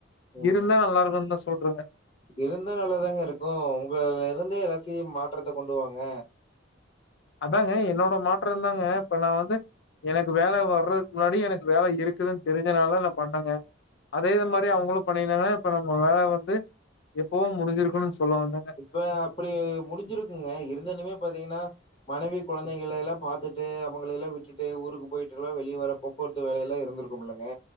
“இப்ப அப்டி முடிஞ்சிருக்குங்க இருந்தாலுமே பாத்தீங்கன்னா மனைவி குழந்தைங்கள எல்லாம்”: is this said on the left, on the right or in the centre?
Left